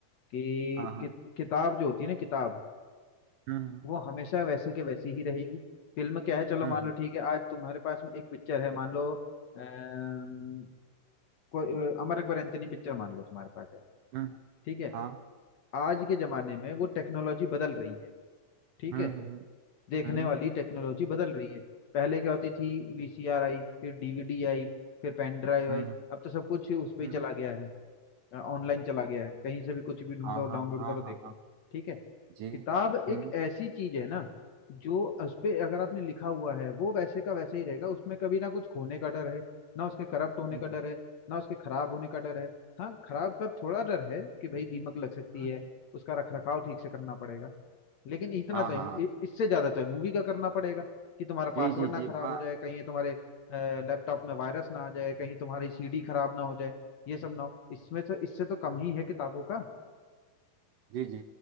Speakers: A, on the left (about 55°); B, on the right (about 75°).
A: कि
B: हाँ हाँ
A: कि- किताब जो होती है ना किताब
B: हम्म
A: वो हमेशा वैसे के वैसी ही रहेगी फिल्म क्या है चलो
B: हम्म
A: मान
B: हम्म
A: लो ठीक है आज तुम्हारे पास में एक पिक्चर है मान लो अम, कोई अ, अमर अकबर एंथोनी पिक्चर मान लो तुम्हारे पास है
B: हम्म, हम्म,
A: ठीक है
B: हाँ
A: आज के जमाने में वो टेक्नोलॉजी बदल रही है ठीक
B: हम्म
A: है
B: हम्म
A: देखने
B: हम्म
A: वाली टेक्नोलॉजी बदल रही है पहले क्या होती थी वीसीआर आई फिर डीवीडी आई फिर पेन ड्राइव
B: हम्म
A: आई
B: हम्म,
A: अब तो सब कुछ उस पे ही
B: हम्म,
A: चला गया है ऑनलाइन चला गया है कहीं से भी कुछ भी ढूंढो
B: हाँ
A: डाउनलोड
B: हाँ हाँ
A: करो देखो
B: हाँ हाँ
A: ठीक है
B: जी
A: किताब
B: हम्म
A: एक ऐसी चीज है ना जो उस पे अगर आपने लिखा हुआ है वो वैसे का वैसे ही रहेगा उसमें कभी ना कुछ खोने का डर है ना उसके करप्ट होने
B: हम्म,
A: का डर है ना उसके खराब होने का डर है हाँ खराब का थोड़ा डर है कि भाई दीमक लग सकती
B: हम्म,
A: है उसका रख रखाव ठीक से करना पड़ेगा लेकिन इतना
B: हाँ
A: तो है
B: हाँ हाँ
A: इ- इससे ज्यादा तो है मूवी का करना पड़ेगा कि तुम्हारा
B: जी
A: पासवर्ड
B: जी
A: ना
B: जी
A: खराब
B: बात
A: हो जाए कहीं ये तुम्हारे लैपटॉप में वायरस ना आ जाए कहीं तुम्हारी सीडी खराब ना हो जाए ये सब ना हो इसमें तो इससे तो कम ही है किताबों का
B: जी जी